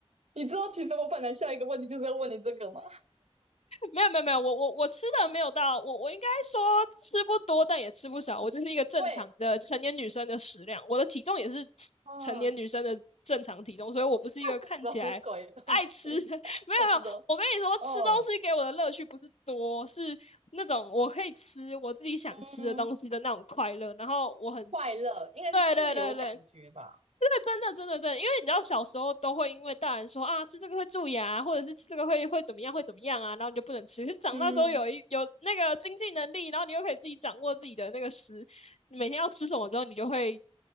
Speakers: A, on the right; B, on the left.
A: 你知道，其实我本来下一个问题就是要问你这个吗？
B: 没有没有没有，我我我吃的没有到，我我应该说吃不多，但也吃不少，我就是一个正常的成年女生的食量，
A: 对，
B: 我的体重也是
A: 嗯，
B: 成年女生的正常体重，所以我不是一个看起来爱吃的，
A: <laughs> 什么鬼东西？
B: <laughs> 没有没有，
A: 我知道，
B: 我跟你说，
A: 哦，
B: 吃东西给我的乐趣不是多，是那种我可以吃我自己想吃的东西的那种快乐，
A: 嗯。
B: 然后我很，
A: 快乐，应该是自由感觉吧，
B: 对对对对，对，真的，真的，真的，因为你知道小时候都会因为大人说啊，吃这个会蛀牙，或者是吃这个会会怎么样，会怎么样啊，然后你就不能吃。可是长大之后有一有那个经济能力，
A: 嗯，
B: 然后你又可以自己掌握自己的那个食，你每天要吃什么之后，你就会